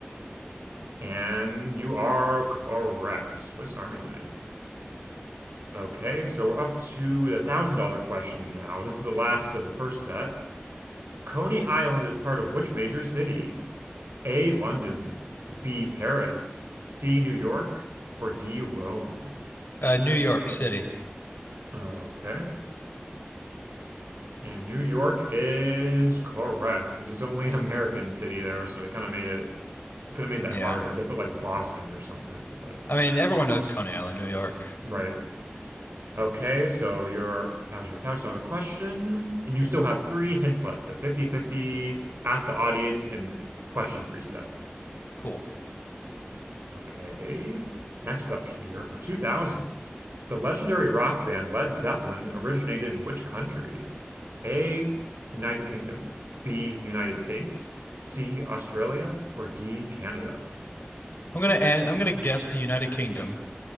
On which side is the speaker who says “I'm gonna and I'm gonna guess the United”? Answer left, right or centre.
Left